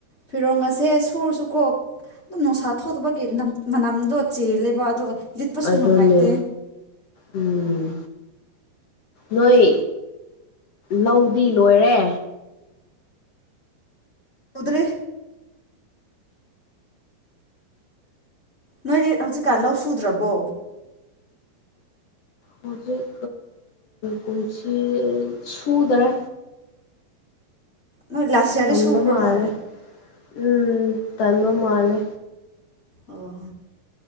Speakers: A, on the left; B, on the left.
A: ꯐꯤꯔꯣꯒꯁꯦ ꯁꯨꯔꯁꯨ ꯀꯣꯛ ꯑꯗꯨꯝ ꯅꯨꯡꯁꯥ ꯊꯣꯛꯇꯕꯒꯤ ꯃꯅꯝꯗꯣ ꯆꯦꯜꯂꯦꯕ ꯑꯗꯣ ꯂꯤꯠꯄꯁꯨ
B: ꯑꯗꯨꯅꯦ
A: ꯅꯨꯡꯉꯥꯏꯇꯦ
B: ꯎꯝ ꯅꯣꯏ ꯂꯧꯗꯤ ꯂꯣꯏꯔꯦ
A: ꯃꯗ꯭ꯔꯦ ꯅꯣꯏꯗꯤ ꯍꯧꯖꯤꯛꯀꯥꯟ ꯂꯧ ꯁꯨꯗ꯭ꯔꯕꯣ
B: ꯍꯧꯖꯤꯛ ꯀꯟꯁꯤ ꯁꯨꯗꯔꯦ
A: ꯅꯣꯏ ꯂꯁꯤꯌꯥꯔꯗꯤ
B: ꯇꯟꯕ
A: ꯁꯨꯕ꯭ꯔꯣ
B: ꯃꯥꯜꯂꯦ
A: ꯅ
B: ꯎꯝ ꯇꯟꯃ ꯃꯥꯂꯦ
A: ꯑꯣ